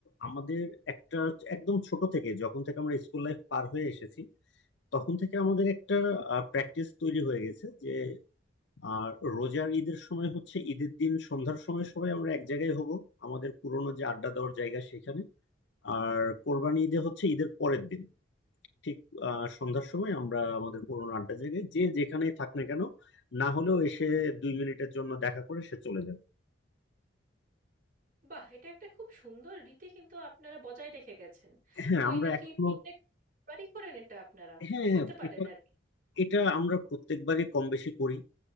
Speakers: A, on the left (about 65°); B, on the right (about 45°).
A: আমাদের একটা একদম ছোট থেকে যখন থেকে আমরা স্কুল লাইফ পার হয়ে এসেছি তখন থেকে আমাদের একটা প্র্যাকটিস তৈরি হয়ে গেছে যে আর রোজার ঈদের সময় হচ্ছে ঈদের দিন সন্ধ্যার সময় সবাই আমরা এক জায়গায় হব আমাদের পুরোনো যে আড্ডা দেওয়ার জায়গা সেখানে আর কোরবানি ঈদে হচ্ছে ঈদের পরের দিন ঠিক আহ সন্ধ্যার সময় আমরা আমাদের পুরোনো আড্ডা জায়গায় যে যেখানেই থাক না কেন না হলেও এসে দুই মিনিটের জন্য দেখা করে সে চলে যাবে
B: বাহ এটা একটা খুব সুন্দর রীতি কিন্তু আপনারা বজায় রেখে গেছেন
A: হ্যাঁ
B: তো
A: আমরা
B: এটা কি
A: এখনো
B: প্রত্যেকবারই করেন এটা আপনারা
A: হ্যাঁ
B: করতে
A: হ্যাঁ
B: পারেন
A: এটা
B: আর কি
A: এটা আমরা প্রত্যেকবারই কম বেশি করি